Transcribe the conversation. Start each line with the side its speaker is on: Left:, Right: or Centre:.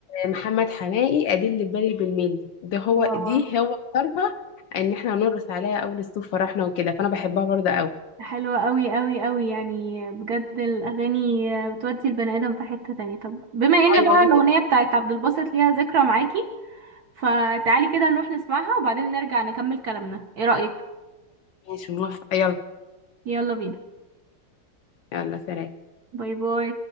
Left: محمد حماقي ادل بالي بالميل ده هو
Right: اه
Left: دي هو اختارها ان احنا هنرقص عليها اول الصوف فرحنا وكده فانا بحبها برضو قوي
Right: حلوة قوي قوي قوي يعني بجد الأغاني بتودي البني آدم في حتة تانية طب بما ان
Left: ايوه
Right: بقى
Left: وانت
Right: الأغنية
Left: ده
Right: بتاعت عبد الباسط ليها ذكرى معاكي فتعالي كده نروح نسمعها وبعدين نرجع نكمل كلامنا ايه رأيك؟
Left: ماشي موافقه يلا
Right: يلا بينا
Left: يلا سلام
Right: باي باي